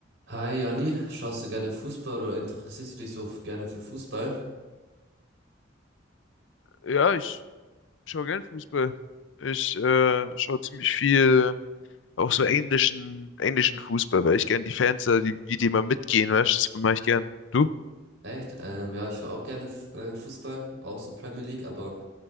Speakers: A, on the right; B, on the left.
A: Hi Janni, schaust du gerne Fußball oder interessierst du dich so f- gerne für Fußball?
B: Ja, ich schaue gern Fußball. Ich äh, schaue ziemlich viel auch so englischen, englischen Fußball, weil ich gern die Fans, da, die, wie die mal mitgehen, weißt du, das mache ich gern. Du?
A: Echt? Ähm, ja, ich schaue auch gerne F- äh, Fußball, auch so Premier League, aber